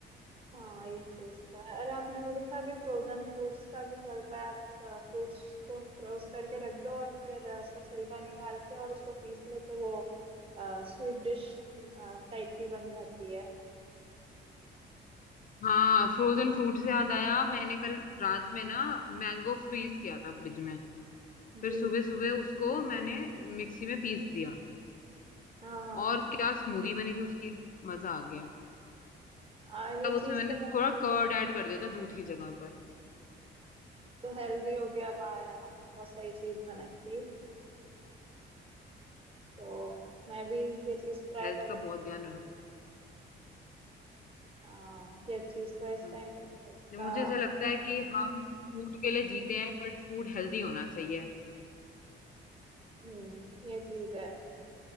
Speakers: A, on the right; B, on the left.
A: हाँ ये चीज तो है अरे आपने वो देखा अभी फ्रोजन फ्रूट्स का भी चल रहा है आप फ्रूट्स को फ्रोज करके रख दो और फिर अ, उसका छिलका निकाल के और उसको पीस लो तो वो स्वीट डिश टाइप की बन जाती है
B: हाँ फ्रोजन फ्रूट से याद आया मैंने कल रात में ना मैंगो फ्रीज किया था फ्रिज में
A: जी
B: फिर सुबह सुबह उसको मैंने मिक्सी में पीस दिया
A: हाँ हाँ
B: और क्या स्मूदी बनी थी उसकी मजा आ गया
A: आ, ये
B: तब उसमें
A: चीज
B: मैंने
A: तो बट
B: थोड़ा कर्ड ऐड कर दिया था दूध की जगह पर
A: तो हेल्दी हो गया वाह यार आपने बहुत सही चीज बनाई थी तो मैं भी ये चीज ट्राई
B: हेल्थ
A: करूंगी
B: का बहुत ध्यान रखना
A: हाँ ये चीज तो इस
B: हाँ
A: टाइम पे तो हेल्थ
B: नहीं,
A: का
B: मुझे ऐसा लगता है कि हम फूड के लिए जीते हैं बट फूड हेल्दी होना चाहिए
A: हम्म, ये चीज है